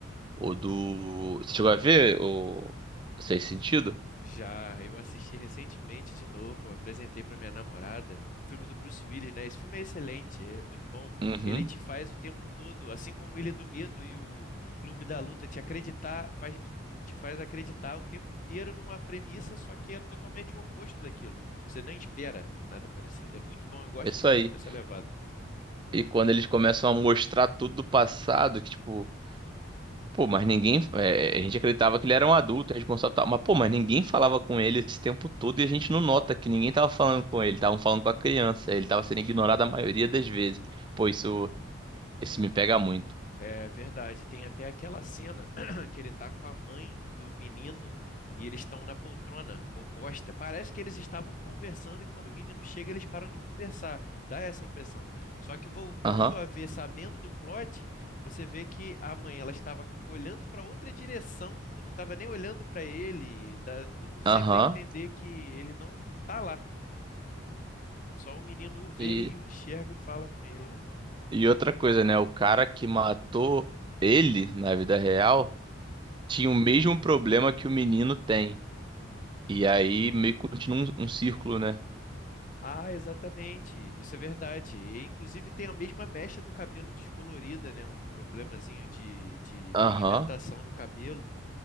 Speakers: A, on the right (about 25°); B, on the left (about 40°).
A: Ou do. Você chegou a ver o Seis Sentido?
B: Já, eu assisti recentemente de novo, apresentei para minha namorada, o filme do Bruce Willis, né? Esse filme é excelente, é muito bom.
A: Uhum.
B: Ele te faz o tempo todo, assim como Ilha do Medo e o Clube da Luta, te acreditar, faz, te faz acreditar o tempo inteiro numa premissa, só que é totalmente o oposto daquilo. Você nem espera nada parecido. É muito bom, eu gosto
A: Isso
B: de filme
A: aí.
B: dessa levada.
A: E quando eles começam a mostrar tudo do passado, que tipo. Pô, mas ninguém. é, é, a gente acreditava que ele era um adulto, responsável e tal. Mas, pô, mas ninguém falava com ele esse tempo todo e a gente não nota que ninguém tava falando com ele. Estavam falando com a criança. Ele tava sendo ignorado a maioria das vezes. Pô, isso, isso me pega muito.
B: É verdade. Tem até aquela cena <clears throat> que ele tá com a mãe do menino e eles estão na poltrona oposta. Parece que eles estavam conversando e quando o menino chega eles param de conversar. Dá essa impressão. Só que voltando
A: Aham,
B: a ver, sabendo do plot, você vê que a mãe ela estava olhando para outra direção, não estava nem olhando para ele. Dá tudo sempre
A: aham.
B: a entender que ele não, não tá lá. Só o menino o vê
A: E,
B: e o enxerga e fala com ele, né?
A: e outra coisa, né? O cara que matou ele na vida real tinha o mesmo problema que o menino tem. E aí meio que continua um, um círculo, né?
B: Ah, exatamente. Isso é verdade. E, inclusive tem a mesma mecha do cabelo descolorida, né? Um problemazinho de, de
A: Aham.
B: pigmentação no cabelo.